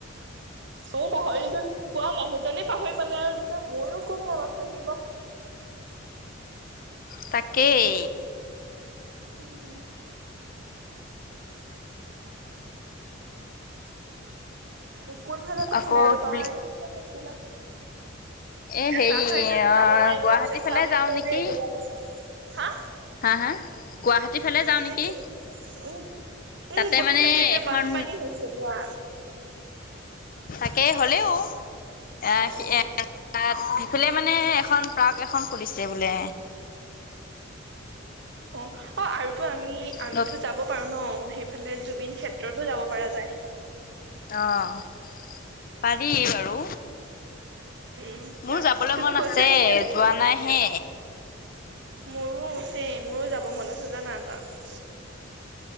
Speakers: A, on the right (about 60°); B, on the left (about 45°).
A: ময়ও পাহৰিছো পুৱা মানুহ জনে পাহৰি পেলালে আৰু <unintelligible> মোৰো কোন মনত থাকিব।
B: তাকেই।
A: উম। কোনফালে কৈছিলা
B: আকৌ
A: ৰবা
B: কি বুলি
A: এই ক কৈছিলা
B: এ হেৰি
A: ভাল হয়চে জদি
B: অ
A: যাব পাৰিম
B: গুৱাহাটী
A: ন চেচা
B: ফালে
A: বুলি
B: যাওঁ
A: কয়
B: নেকি
A: যে এজেগাত আছে। হা
B: হা হা গুৱাহাটী ফালে যাওঁ
A: তুমি
B: নেকি
A: উম উম
B: তাতে
A: গটি
B: মানে
A: চাইডে এতিয়া
B: এখন
A: বানপানী হৈছে দিয়া।
B: তাকে হ'লেও। <unintelligible>
A: অ',
B: ফালে মানে এখন পাৰ্ক এখন খুলিছে বোলে।
A: অ', আৰু তো আমি আমিতো
B: নত
A: যাব পাৰো ন সেইফালে জুবিন ক্ষেত্ৰতো যাব পাৰোঁ পৰা যায়।
B: অঁ পাৰি বাৰু।
A: উম, তাত
B: মোৰ যাবলৈ
A: তুমি
B: মন
A: গৈছা
B: আছে
A: নেকি আগতে?
B: যোৱা নাই হে।
A: মোৰো চেম মোৰো যাব মন আছে জানা তাত।